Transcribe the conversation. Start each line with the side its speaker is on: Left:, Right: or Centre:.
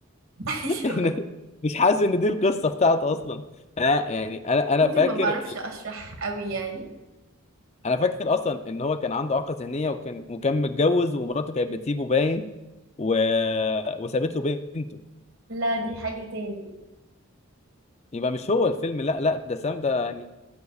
Right: <laughs>
Left: لأن مش حاسس إن دي القصة بتاعته أصلا أنا يعني أنا أنا
Right: ممكن
Left: فاكر
Right: ما بعرفش اشرح قوي يعني
Left: انا فاكر اصلا ان هو كان عنده اعاقه ذهنيه وكان وكان متجوز ومراته كانت بتسيبه باين و... وسابت له بنته
Right: لا دي حاجة تاني
Left: يبقى مش هو الفيلم لا لا ده سام ده يعني